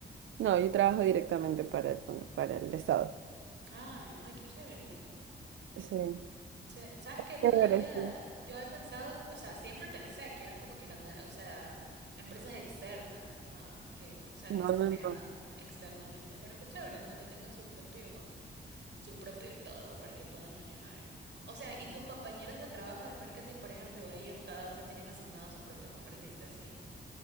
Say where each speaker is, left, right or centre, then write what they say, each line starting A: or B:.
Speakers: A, on the right (about 80°); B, on the right (about 65°).
A: No, yo trabajo directamente para el, para el Estado.
B: Ay, ay, qué chévere.
A: Sí.
B: Se- Sabes que toda
A: Chévere,
B: la vida
A: sí.
B: yo he pensado, o sea, siempre pensé que eran como que canal, o sea, empresas externas, ah, que, o sea,
A: No,
B: que se manejaban
A: no, no.
B: externamente, pero qué chévere, ¿no? Que tengan su propio su propio todo para que pueda manejar. O sea, y tus compañeros de trabajo de marketing, por ejemplo, ellos cada uno tienen asignado su propio congresista, sí.